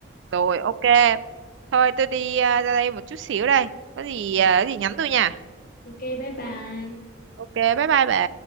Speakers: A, on the right; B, on the left.
A: rồi ok thôi tôi đi ờ, ra đây một chút xíu đây có gì
B: <laughs>
A: ờ, có gì nhắn tôi nha
B: Ok bye bye
A: ok bye bye bà